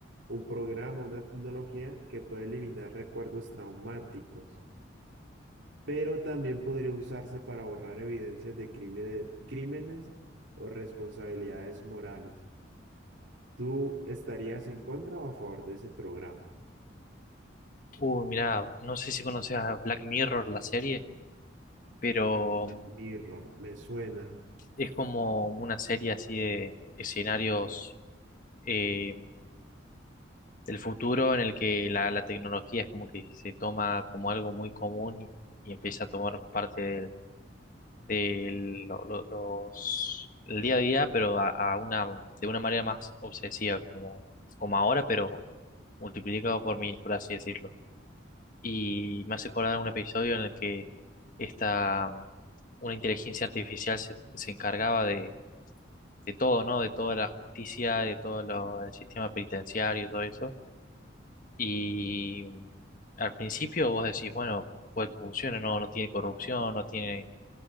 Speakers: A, on the right; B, on the left.
A: un programa, una tecnología que puede eliminar recuerdos traumáticos, pero también podría usarse para borrar evidencias de crímenes, crímenes o responsabilidades morales. ¿Tú estarías en contra o a favor de ese programa?
B: Uy, mira, no sé si conoces a Black Mirror, la serie, pero
A: Black Mirror, me suena.
B: es como una serie así de escenarios. eh, el futuro en el que la, la tecnología es como que se toma como algo muy común y, y empieza a tomar parte del, del- lo- lo- los, el día a día, pero a, a una, de una manera más obsesiva, como, como ahora, pero multiplicado por mil, por así decirlo. Y me hace acordar un episodio en el que esta, una inteligencia artificial se, se encargaba de, de todo, ¿no? De toda la justicia, de todo lo- el sistema penitenciario, todo eso Y al principio vos decís, bueno, puede que funcione, no, no tiene corrupción, no tiene